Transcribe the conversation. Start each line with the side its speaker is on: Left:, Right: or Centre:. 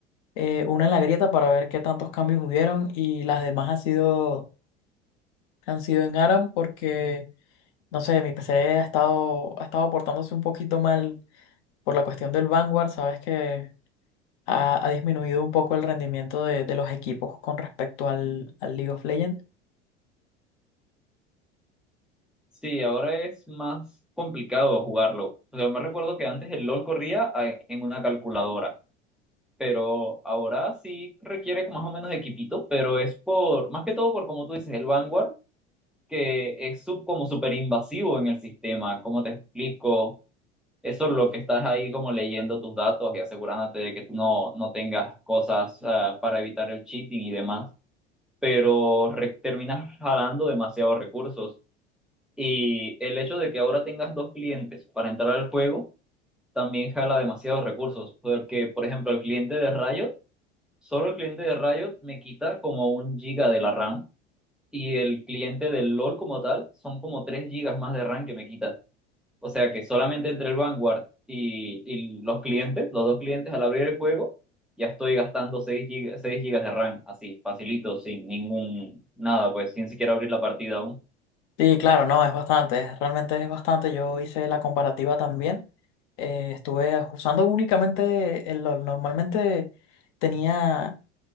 Left: eh, una en la grieta para ver qué tantos cambios hubieron y las demás han sido, han sido en ARAM porque, no sé, mi PC ha estado, ha estado portándose un poquito mal por la cuestión del Vanguard. Sabes que ha, ha disminuido un poco el rendimiento de, de los equipos con respecto al, al League of Legends.
Centre: Sí, ahora es más complicado jugarlo. Yo me recuerdo que antes el LOL corría a- en una calculadora, pero ahora sí requiere más o menos de equipito, pero es por, más que todo por, como tú dices, el Vanguard, que es sub- como súper invasivo en el sistema. ¿Cómo te explico? Eso es lo que estás ahí como leyendo tus datos y asegurándote de que tú no, no tengas cosas ah, para evitar el cheating y demás, pero re- terminas jalando demasiados recursos. Y el hecho de que ahora tengas dos clientes para entrar al juego también jala demasiados recursos, porque por ejemplo el cliente de Riot, solo el cliente de Riot me quita como un giga de la RAM y el cliente del LOL como tal son como tres gigas más de RAM que me quita. O sea que solamente entre el Vanguard y, y los clientes, los dos clientes al abrir el juego, ya estoy gastando seis gigas, 6 gigas de RAM, así, facilito, sin ningún, nada, pues sin siquiera abrir la partida aún.
Left: Sí, claro, no, es bastante, es- realmente es bastante. Yo hice la comparativa también. Eh, estuve usando únicamente, el- lo- normalmente tenía